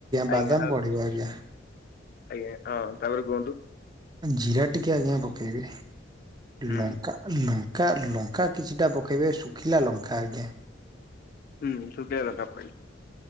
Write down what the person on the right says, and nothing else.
ବାଦାମ
ପଡିବ
ଆଜ୍ଞା
ଜିରା ଟିକେ ଆଜ୍ଞା ପକେଇବେ।
ଲଙ୍କା ଲ ଲଙ୍କା ଲଙ୍କା କିଛିଟା ପକେଇବେ ଶୁଖିଲା ଲଙ୍କା ଆଜ୍ଞା।